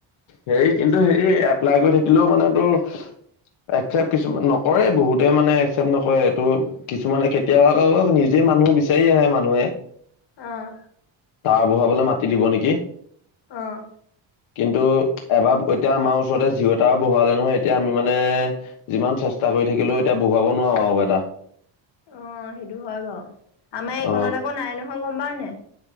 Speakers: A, on the left; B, on the left.
A: হেৰি কিন্তু হেৰি এপ্লাই কৰি থাকিলেও মানে তোৰ একচেপট কিছুমান নকৰে বহুতে মানে একচেপ্ট নকৰে এইটো কিছুমানে কেতিয়াবা নিজে। মানুহ বিচাৰি আহে মানুহে
B: আহ
A: হ বহাবলে মাতি দিব নেকি
B: অহ
A: কিন্তু এবাৰ এতিয়া আমাৰ ওচৰতে জিঅটা বহুৱালে নহয় এতিয়া আমি মানে যিমান চেষ্টা কৰো লৈ থাকিলেও এতিয়া বহাব নোৱাৰো আৰু এটা
B: অ' সেইটো হয় বাৰ আমাৰ এইকণত
A: অ
B: আকৌ নাই নহয় গম পা নে